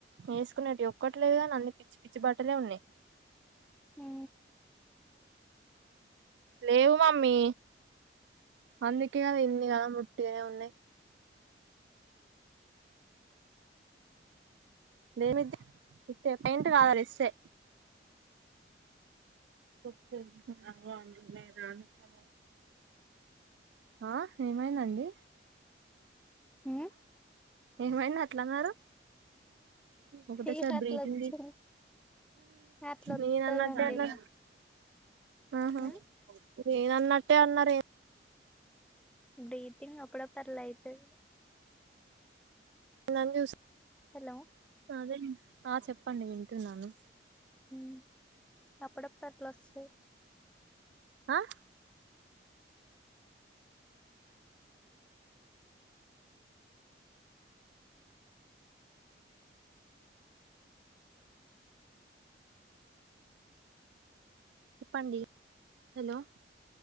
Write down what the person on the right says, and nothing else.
వేసుకునేటి ఒక్కట్లేదు కాని అన్ పిచ్చి పిచ్చి బట్టలే ఉన్నయ్
లేవు మమ్మీ అందుకే కద ఇన్ని గనం ఉట్టిగనే ఉన్నయ్ మేము ఇద్దర ఇత్తే పైయింట్ కాదు అది ఇస్తే కుత్తే ఆ అన్ రాణిత్తర ఆ ఏమైందండి
ఏమండి అట్లన్నారు ఒకటేసారి
బ్రీటింగ్
నేను
అన్నట్టే అన్నారు
ఆహా
నేను అన్నట్టే అన్నారు
నన్ చూస్
అదే ఆ చెప్పండి వింటున్నాను
అహ్ చెప్పండి హలో